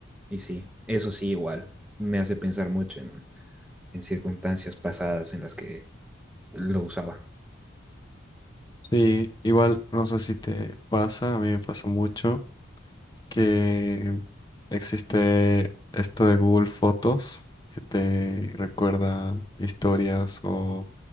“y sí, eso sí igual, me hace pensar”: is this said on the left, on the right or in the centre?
Centre